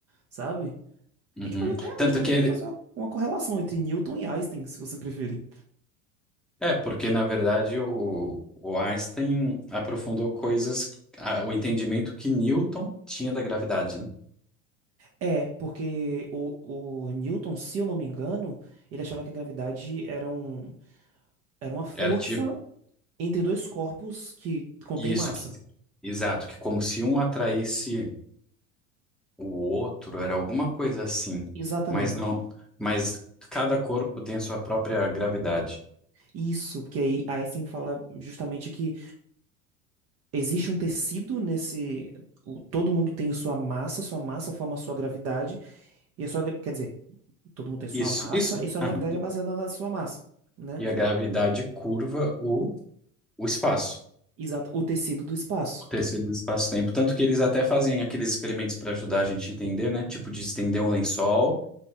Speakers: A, on the right; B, in the centre.
A: sabe?
B: Uhum.
A: A gente pode até,
B: Tanto
A: a gente pode
B: que
A: até
B: ele,
A: fazer uma, uma correlação entre Newton e Einstein, se você preferir.
B: É, porque na verdade o, o Einstein aprofundou coisas, a- o entendimento que Newton tinha da gravidade, né?
A: É, porque o, o Newton, se eu não me engano, ele achava que a gravidade era, um, era uma força
B: Era tipo
A: entre dois corpos que contém
B: isso
A: massa.
B: que, exato, que como se um atraísse o outro, era alguma coisa assim,
A: Exatamente.
B: mas não, mas cada corpo tem a sua própria gravidade.
A: Isso, porque aí Einstein fala justamente que existe um tecido nesse. o- todo mundo tem sua massa, sua massa forma a sua gravidade, e a sua, gra- quer dizer, Todo mundo tem sua
B: Isso,
A: massa
B: isso.
A: e sua
B: Aham.
A: gravidade é baseada na sua massa, né?
B: E a gravidade curva o, o espaço.
A: Exato. O tecido do espaço.
B: o Tecido do espaço-tempo. Tanto que eles até fazem aqueles experimentos para ajudar a gente a entender, né? Tipo de estender um lençol.